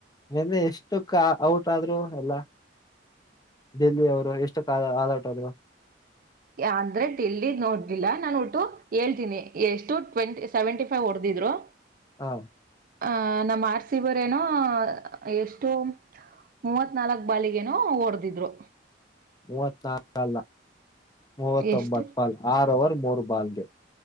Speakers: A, on the left (about 20°); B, on the right (about 50°).
A: ನಿನ್ನೆ ಎಷ್ಟಕ್ಕ ಔಟ್ ಆದ್ರರು ಎಲ್ಲಾ ಡೆಲ್ಲಿ ಅವರು ಎಷ್ಟು ಕಾಲ ಆಲಾಟರು
B: ಅಂದ್ರೆ ಡೆಲ್ಲಿ ನೋಡ್ಲಿಲ್ಲ ನಾನು ಒಟ್ಟು ಹೇಳ್ತೀನಿ ಎಷ್ಟು ಟ್ವೆಂಟಿ ಸೆವೆಂಟಿ ಹೊಡೆದಿದ್ರು
A: ಹಾ
B: ಅಹ ನಮ್ಮ್ ಆರ್ಸಿಬೀರೇನೋ ಎಷ್ಟು ಮೂವತ್ ನಾಲ್ಕ್ ಬಾಲಿಗೇನು ಓಡದಿದ್ರು
A: ಮೂವತ್ತನಾಲ್ಕಲ್ಲ ಮೂವತ್ತೊಂಬತ್
B: ಎಷ್ಟು
A: ಬಾಲ್ ಆರ್ ಓವರ್ ಮೂರ್ ಬಾಲ್ಗೆ